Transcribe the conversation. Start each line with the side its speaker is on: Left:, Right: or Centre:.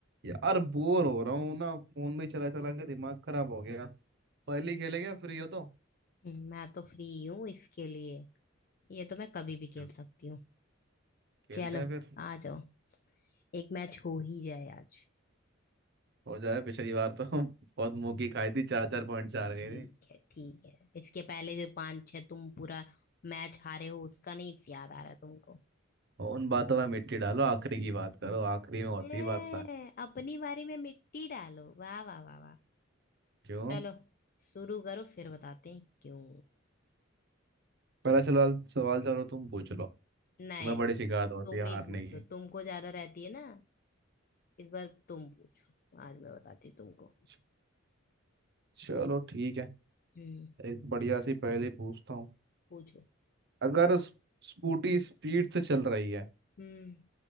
Right: यार बोर हो रहा हूँ ना फोन में चला चला के दिमाग खराब हो गया पहले खेले क्या फ्री हो तो
Left: हम्म, मैं तो फ्री हूँ इसके लिए ये तो मैं कभी भी खेल
Right: चलो।
Left: सकती हूँ
Right: खेलते
Left: चलो
Right: हैं फिर
Left: आ जाओ एक मैच हो ही जाए आज
Right: हो जाए पिछली बार तो <laughs> बहुत मुंह की खाई थी चार चार पॉइंट चार गए
Left: ठीक
Right: थे
Left: है ठीक है इसके पहले जो पांच छह तुम पूरा मैच हारे हो उसका नहीं याद आ रहा तुमको
Right: और उन बातों में मिट्टी डालो आखिरी की बात करो आखिरी में होती
Left: ए,
Right: है बात सारी
Left: अपनी बारी में मिट्टी डालो वाह वाह वाह वाह
Right: क्यों
Left: चलो शुरू करो फिर बताते हैं क्यों
Right: पहला चला सवाल चलो तुम पूछ लो तुम्हें
Left: नहीं
Right: बड़ी शिकायत होती
Left: तुम
Right: है
Left: ही
Right: हारने
Left: पूछो
Right: की
Left: तुमको ज्यादा रहती है ना इस बार तुम पूछो आज मैं बताती हूँ तुमको
Right: च- चलो ठीक है
Left: हम्म
Right: एक बढ़िया सी पहेली पूछता हूँ
Left: पूछो
Right: अगर उस- स्कूटी स्पीड से चल रही है
Left: हम्म